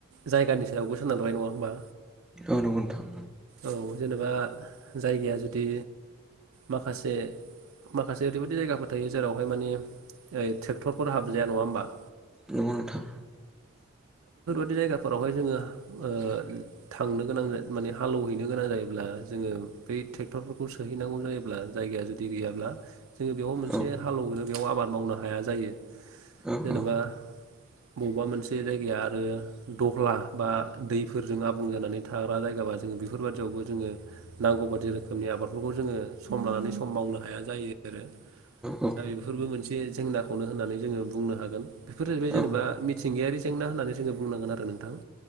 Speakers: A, on the right (about 80°); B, in the centre.
A: जायगानि सायावसो सोनारबाय नङा होनोमबा?
B: औ नंगौ नोंथां।
A: औ जेनेबा जायगाया जुदि माखासे माखासे ओरैबायदि जायगाफोर थायो जेरावहाय मानि ओ ट्रेक्टरफोर हाबजाया नङा होमबा?
B: नंगौ नोंथां
A: बे जायगाफोरावहाय जोङो ओ थांनो गोनां माने हाल एवहैनो गोनां जायोब्ला जोङो बै ट्रेक्टरफोरखौ सोहैनांगौ जायोब्ला जायगाया जुदि गैयाब्ला जोङो बेयाव मोनसे
B: औ
A: हाल एवदों बेयाव आबाद मावनो हाया जायो
B: औ
A: जेनेबा
B: औ
A: बबेबा मोनसे जायगाया आरो दहला बा दैफोरजों आबुं जानानै थाग्रा जायगाबा जों बेफोरबायदियावबो जोङो नांगौ बायदि रोखोमनि आबादफोरखौ जोङो सम लानानै सम मावनो हाया जायो दा
B: औ
A: बेफोरबो मोनसे बे जेंनाखौनो होननानै जोङो बुंनो हागोन बेफोर जाहैबाय जेनेबा
B: औ
A: मिथिंगायारि जेंना होननानै जोङो बुंनांगोन आरो नोंथां